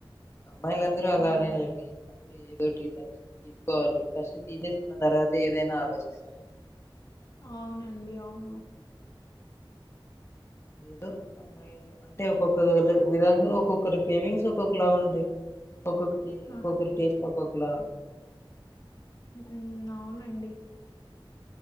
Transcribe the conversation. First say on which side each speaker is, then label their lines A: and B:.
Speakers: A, on the left; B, on the left.
A: అబ్బాయిలు అందరూ అలానేలేండి.
B: హ్మ్
A: అంటే ఎదోటి ఉండల్ తీసుకోవాలి, ఫస్ట్ తీసేసుకున్న తర్వాత ఏదైనా ఆలోచిస్తారా.
B: అవునండి. అవును
A: ఏదో అమ్మాయిలు అంటే ఒక్కొక్కరు వాళ్ళ విధంగా ఒక్కొక్కరు గ్రేవింగ్స్ ఒక్కొక్కలాగా ఉంటాయి. ఒక్కొక్కటి,
B: ఆ!
A: ఒక్కొక్కరి, టేస్ట్ ఒక్కొక్కలా
B: ఉమ్ అవునండి.